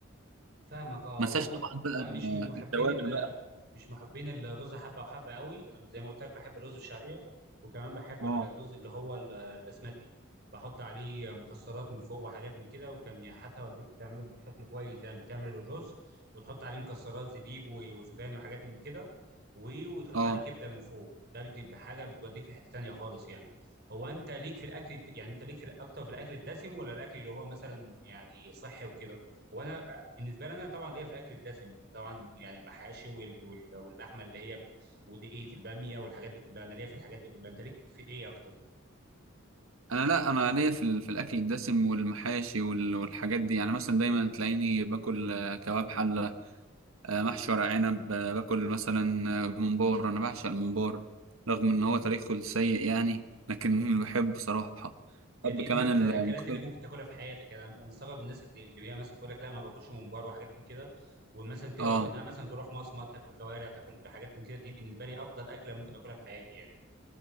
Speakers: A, on the right; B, on the right.
A: فاهمك اه
B: ما انساش
A: وانا
B: طبعا بقى
A: وانا
B: ال-
A: مش من محبين
B: التوابل
A: ال...
B: بقى
A: مش محبين الرز حبه وحبه قوي انا زي ما قلت لك بحب الرز الشعريه وكمان بحب
B: اه
A: الرز اللي هو ال- البسمتي بحط عليه مكسرات من فوق وحاجات من كده وكان يعني حتى والدتي بتعمله بشكل كويس يعني بتعمل الرز وتحط عليه مكسرات زبيب و- وسوداني وحاجات من كده و... وتحط
B: اه
A: عليه كبده من فوق ده بيدي بحاجه بتوديك في حته تانيه خالص يعني هو انت ليك في الاكل الد- يعني انت ليك في ال- اكتر في الاكل الدسم ولا الاكل اللي هو مثلا يعني صحي وكده وانا بالنسبه لي انا طبعا ليا في الاكل الدسم طبعا يعني المحاشي وال... وال... واللحمه اللي هي ودقيقه الباميه والحاجات دي كلها انا ليا في الحاجات دي كلها انت ليك في ايه اكتر؟
B: انا لا انا ليا في ال- في الاكل الدسم والمحاشي وال- والحاجات دي يعني مثلا دايما تلاقيني باكل آه، كباب حلة آه، محشي ورق عنب آه، باكل مثلا آه، ممبار انا بعشق الممبار رغم ان هو تاريخه السيء يعني لكن <laughs> بحبه صراحة
A: يعني
B: بحب
A: دي
B: كمان
A: من اكتر
B: الملوخية
A: الاكلات اللي ممكن تاكلها في حياتك يعني انا أنا مستغرب الناس اللي اللي هي مثلا تقول لك لا ما باكلش ممبار وحاجات من كده ومثلا تعرف
B: اه
A: انها مثلا تروح مصمت تاكل كوارع تاكل حاجات من كده دي بالنسبه لي افضل اكله ممكن اكلها في حياتي يعني